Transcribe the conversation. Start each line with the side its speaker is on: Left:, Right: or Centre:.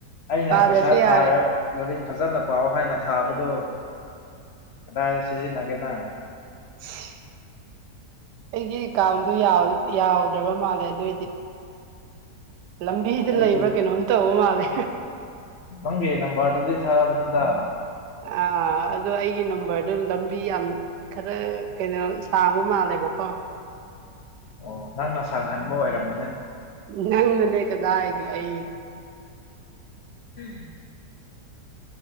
Left: ꯑꯩꯅ
Right: ꯄꯥꯗ꯭ꯔꯁꯨ
Left: ꯄꯩꯁꯥ ꯊꯥꯔ
Right: ꯌꯥꯔꯦ
Left: ꯂꯥꯏꯔꯤꯛ ꯐꯖꯅ ꯄꯥꯎ ꯍꯥꯏꯅ ꯊꯥꯕꯗꯨ ꯀꯗꯥꯏꯗ ꯁꯤꯖꯤꯟꯅꯒꯦꯅ
Right: ꯏꯁ ꯑꯩꯒꯤ ꯀꯥꯎꯟꯗꯨ ꯌꯥꯎꯗ꯭ꯔꯕ ꯃꯥꯜꯂꯦ ꯑꯗꯨꯏꯗꯤ ꯂꯝꯕꯤꯗ
Left: ꯑꯩ
Right: ꯂꯩꯕ꯭ꯔꯥ ꯀꯩꯅꯣꯝ ꯇꯧꯕ ꯃꯥꯜꯂꯦ
Left: ꯅꯪꯒꯤ ꯅꯝꯕꯔꯗꯨꯗꯤ ꯊꯥꯕꯅꯤꯗ
Right: ꯑꯥ ꯑꯗꯣ ꯑꯩꯒꯤ ꯅꯝꯕꯔꯗꯣ ꯂꯝꯕꯤ ꯌꯥꯝ ꯈꯔ ꯀꯩꯅꯣ ꯁꯥꯡꯕ ꯃꯥꯜꯂꯦꯕꯀꯣ
Left: ꯑꯣ ꯅꯪꯅ ꯁꯥꯡꯍꯟꯕ ꯑꯣꯏꯔꯝꯒꯅꯦ
Right: ꯅꯪꯅ ꯅꯣꯏ ꯀꯥꯗꯥꯏꯒꯤ ꯑꯩ
Left: ꯎꯝ